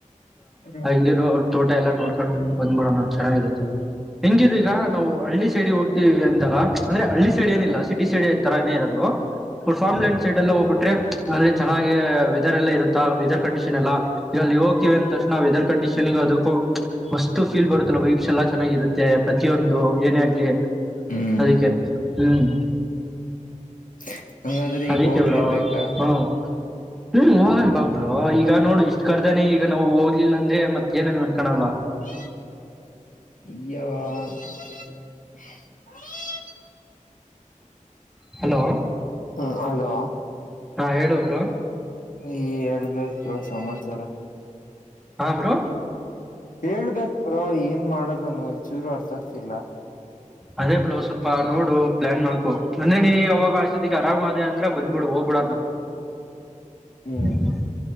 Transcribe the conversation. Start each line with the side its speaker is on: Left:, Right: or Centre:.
Left: ಹ್ಮ್ ಹ್ಮ್
Centre: ಹಂಗಿರೋ ಅವ್ರ ತೋಟ ಎಲ್ಲಾ ನೋಡ್ಕೊಂಡ್ ಬಂದ್ಬಡೋಣ ಚೆನ್ನಾಗಿರುತ್ತೆ ಹೆಂಗಿರು ಈಗ ನಾವು ಹಳ್ಳಿ ಸೈಡಿ ಹೋಗ್ತೀವಿ ಅಂದಾಗ ಅಂದ್ರೆ ಹಳ್ಳಿ ಸೈಡ್ ಏನಿಲ್ಲ ಸಿಟಿ ಸೈಡ್ ತರ ಏ ಇರೋದು ಫಾರ್ಲ್ಯಂಡ್ ಸೈಡ್ಲ್ಲ ಒಬಟ್ಟು ಅಂದ್ರೆ ಚೆನ್ನಾಗಿ ವೆದರ್ ಎಲ್ಲ ಇರುತ್ತೆ ವೆದರ್ ಕಂಡೀಷನ್ ಎಲ್ಲ ಈಗ ಅಲ್ಲಿ ಹೋಗ್ತೀವಿ ಅಂದ ತಕ್ಷಣ ವೆದರ್ ಕಂಡೀಷನ್ ಅದಕ್ಕೂ ಮಸ್ತ್ ಫೀಲ್ ಬರುತ್ತಲ್ಲ ಬ ಚೆನ್ನಾಗಿರುತ್ತೆ ಪ್ರತಿಯೊಂದು ಅದು ಏನ ಆಗ್ಲಿ
Left: ಹ್ಮ್
Centre: ಅದಕ್ಕೆ ಹ್ಮ್
Left: ಹ ಹಂಗಾದ್ರೆ
Centre: ಅದಕ್ಕೆ
Left: ಈಗ ಹೋಗ್ಲೇಬೇಕಾ
Centre: ಬ್ರೋ ಹ್ಮ ಹ್ಮ್ ಹೋಗಣ ಬಾಬರು ಈಗ ನೋಡು ಇಷ್ಟ್ ಕರ್ದಾನೆ ಈಗ ನಾವು ಹೋಗ್ಲಿಲ್ಲ ಅಂದ್ರೆ ಮತ್ತತ್ ಏನೇನ್ ಅನ್ಕೋಲ್ಲ
Left: ಯ <inaudible>
Centre: ಹಲೋ
Left: ಹ್ಮ ಅಲೋ
Centre: ಹಾ ಹೇಳೊ ಬ್ರೋ
Left: ನೀ ಹೇಳ್ಬೇಕ ಬ್ರೋ ಸಮಾಚಾರ
Centre: ಹಾ ಬ್ರೋ
Left: ಹೇಳ್ಬೇಕು ಬ್ರೋ ಏನ್ ಏನ್ ಮಾಡೋದೆನ್ ಒಂಚೂರು ಅರ್ಥ ಆಗ್ತಿಲ್ಲ
Centre: ಅದೇ ಬ್ರೋ ಸ್ವಲ್ಪ ನೋಡು ಪ್ಲಾನ್ ಮಾಡಕೊ ಅಂದ್ರೆ ನೀನ್ ಅವಾಗ ಅಷ್ಟೊತ್ತಿಗೆ ಆರಾಮದೇ ಅಂದ್ರೆ ಬಂದಬುಡ ಹೋಗ್.
Left: ಹ್ಮ್
Centre: <unintelligible>